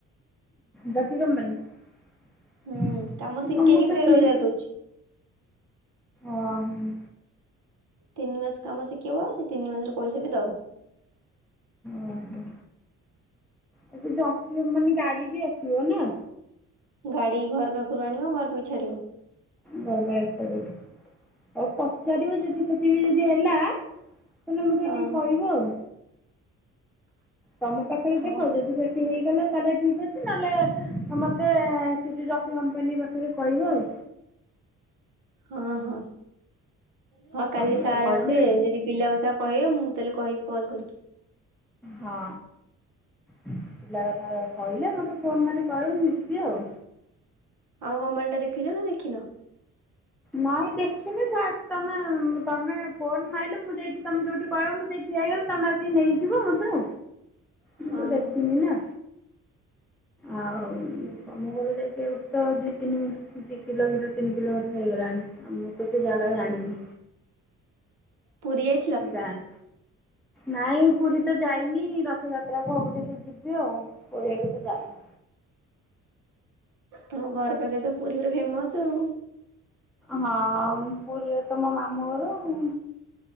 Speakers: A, in the centre; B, on the right (about 80°).
A: ବାଖି କ ମାନ
B: ହୁଁ କାମ ଶିଖେଇକି
A: ମୁମର
B: ତେର
A: ତ
B: ହଜାର ଦଉଛି
A: ଓହୋ।
B: ତିନି ମାସ କାମ ଶିଖିବ ସେ ତିନି ମାସର ପଇସା ବି ଦବ।
A: ଓହୋ ଆ ସେ ଜ ମାନେ ଗାଡି ବି ଆସିବ ନା।
B: ଗାଡି ଘର ପାଖରୁ ଆଣିବ ଘର ପାଖେ ଛାଡିବ।
A: ଘର ପାଖରେ ଛାଡ଼ିବ। ଆଉ ପଚାରିବ ଯଦି ସେଠି ବି ଯଦି ହେଲା ତାହେଲେ ମୋତେ
B: ହଁ।
A: ଟିକେ କହିବ ଆଉ। ତମ ପାଖରେ
B: ହଁ।
A: ଦେଖ ଯଦି ସେ ହେଇଗଲା ତାହେଲେ ଠିକ ଅଛି ନହେଲେ ମତେ ସେ ଜକି କମ୍ପାନୀ ପାଖରେ କହିବ ଆଉ।
B: ହଁ ହଁ ହଁ କାଲି
A: ମୋତେ
B: ସାର୍
A: କହିଲେ
B: ଆସିବେ ଯଦି ପିଲା କଥା କହିବେ ମୁଁ ତାହେଲେ କହିବି କଲ୍ କରିକି।
A: ହଁ। ପିଲା କହିଲେ ମତେ ଫୋନ ମାରି କହିବ ମୁ ଯିବି ଆଉ।
B: ଆମ କମ୍ପାନୀ ଟା ଦେଖିଛ ନା ଦେଖିନ?
A: ନାଇଁ ଦେଖିନି ସ ତମେ ତମେ ଫୋନ୍ ମାରିଲେ ମୁଁ ଯାଇକି ତମେ ଯୋଉଠି କହିବ ମୁଁ ସେଇଠି ହେଇଗଲେ ତମେ ଆସି ନେଇଯିବ ମତେ?
B: <inaudible>
A: ମୁ ତ
B: ହଁ
A: ଦେଖିନି ନା। ଆଉ।
B: ହୁଁ।
A: ଆମ ଘର ଯାଇକ ତ ଦୁି ତିନି ଦି କିଲୋମିଟର ତିନି କିଲୋମିଟର ହେଇଗଲାଣି। ଆମେ କିଛି ଯାଗା ଜାଣିନୁ
B: ପୁରୀ ଏ।
A: ଜା ଏ ନାଇଁ ପୁରୀ ତ ଯାଇନି ରଥଯାତ୍ରାକୁ ହବ ଯଦି ଯିବି ଆଉ। ପୁରୀ ଏବେତ ଯାଇନି
B: ତମ ଘର ପାଖେ ତ ପୁରୀ ପୁରା ଫେମସ ଆଉ।
A: ହଁ ପୁରୀରେ ତ ମୋ ମାମୁଁ ଘର ଆଉ।